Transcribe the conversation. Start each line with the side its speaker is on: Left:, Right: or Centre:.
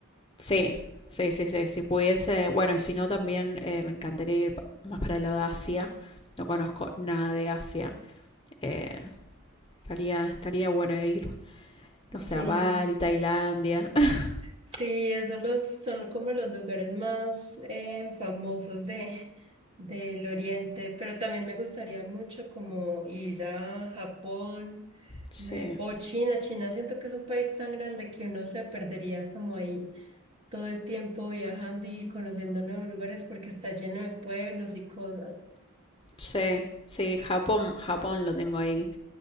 Left: sí, sí, sí, sí. Si pudiese, bueno, y si no, también eh, me encantaría ir pa- más para el lado de Asia. No conozco nada de Asia. Eh, estaría, estaría bueno ir,
Right: Sí.
Left: no sé, a Bali, Tailandia. <laughs>
Right: Sí, esos los, son como los lugares más eh, famosos de, <laughs> del Oriente, pero también me gustaría mucho como ir a Japón
Left: Sí,
Right: me- o China. China siento que es un país tan grande que uno se perdería como ahí todo el tiempo viajando y conociendo nuevos lugares porque está lleno de pueblos y cosas.
Left: sí, sí, Japón, Japón lo tengo ahí